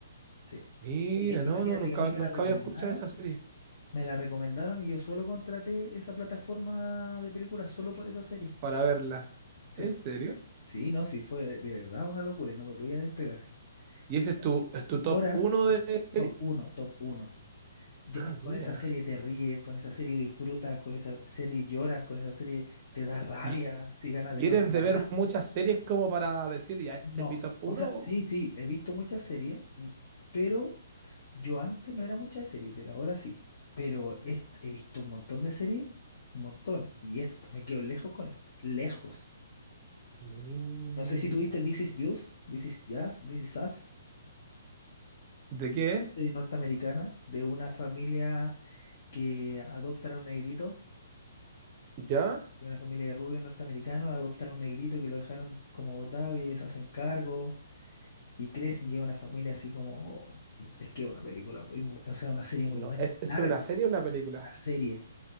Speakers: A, on the left; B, on the right.
A: Sí.
B: Mira,
A: Así que imagínate
B: no, no, nunca,
A: que a mí me
B: nunca
A: la recomendaron,
B: había escuchado esa serie
A: me la recomendaron y yo solo contraté esa plataforma de películas solo por esa serie.
B: para verla.
A: Sí.
B: ¿En serio?
A: Sí, no, sí, fue de verdad una locura y no me podía despegar.
B: ¿Y ese
A: Llora-
B: es tu, es tu
A: Y lloras,
B: top uno de series?
A: top uno top 1.
B: Ah, mira.
A: Con esa serie te ríes, con esa serie disfrutas, con esa serie lloras, con esa serie te da rabia,
B: ¿Y,
A: si ganas
B: y
A: de no
B: eres
A: verla
B: de ver
A: más.
B: muchas series como para decir, ya, este
A: No,
B: es mi top uno?
A: o sea, sí, sí, he visto muchas series, n- pero yo antes no era mucha de serie, pero ahora sí. Pero est- he visto un montón de series, un montón, y esta, me quedo lejos con esta, lejos.
B: Mira.
A: No sé si tuviste This Is Us, This Is Jazz, This Is Us,
B: ¿De qué es?
A: serie norteamericana de una familia. que adoptan a un negrito,
B: ¿Ya?
A: de una familia de rubios norteamericanos, adoptan a un negrito que lo dejaron como botado y ellos se hacen cargo y crecen, llega una familia así como... Es que es una película muy, bu- o sea, una serie
B: No,
A: muy buena,
B: ¿es,
A: es
B: es
A: larga,
B: una serie o una película?
A: una serie.